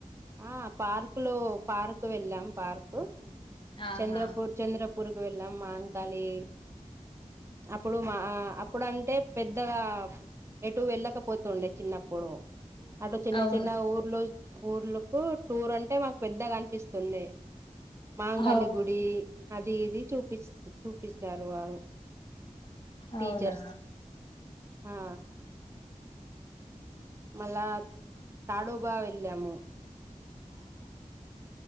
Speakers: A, on the right; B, on the left.
A: ఆ పార్కు లో పార్కు వెళ్ళాం పార్క్
B: ఆహా
A: చంద్రపూర్ చంద్రపూ ఊరుకు వెళ్ళాం మహంకాళి అప్పుడు మా అప్పుడు అంటే పెద్దగా ఎటు వెళ్ళకపోతుండే చిన్నప్పు పోడుం అటుచిన్న
B: అవునా
A: చిన్న ఊర్లో ఊర్లకు టూర్ అంటే మాకు పెద్దగా అనిపిస్తుందే మా మహంకాళి
B: అవు
A: గుడి అది ఇది చూపి చూపిస్తారు వారు టీచర్స్
B: అవునా
A: హా మళ తాడోబా వెళ్ళము